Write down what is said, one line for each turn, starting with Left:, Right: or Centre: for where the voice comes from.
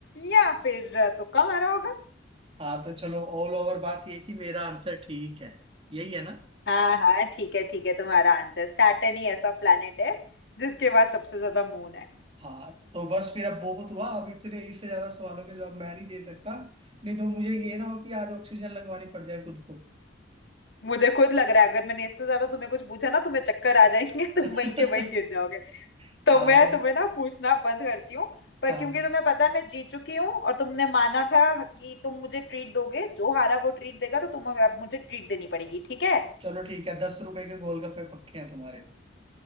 Left: या फिर अ, तुक्का मारा होगा
Right: हाँ तो चलो ऑल ओवर बात ये कि मेरा आंसर ठीक है यही है ना
Left: हाँ हाँ ठीक है ठीक है तुम्हारा आंसर सैटर्न ही ऐसा प्लैनेट है जिसके पास सबसे ज्यादा मून है
Right: हाँ तो बस फिर अब बहुत हुआ अब इतने इससे ज्यादा सवालों के जवाब मैं नहीं दे सकता नहीं तो मुझे ये ना हो कि आज ऑक्सीजन लगवानी पड़ जाए खुद को
Left: मुझे खुद लग रहा है अगर मैंने इससे ज्यादा तुम्हें कुछ पूछा ना तुम्हें चक्कर आ जाएंगे <laughs> तुम
Right: <laughs>
Left: वहीं के वहीं गिर जाओगे <laughs> तो
Right: हाँ
Left: मैं
Right: मैं-
Left: तुम्हें ना पूछना बंद करती हूँ पर
Right: हाँ
Left: क्योंकि तुम्हें पता है मैं जीत चुकी हूँ और तुमने माना था कि तुम मुझे ट्रीट दोगे जो हारा वो ट्रीट देगा तो तुम्हें अब मुझे ट्रीट देनी पड़ेगी ठीक है
Right: चलो ठीक है दस रुपए के गोलगप्पे पक्के हैं तुम्हारे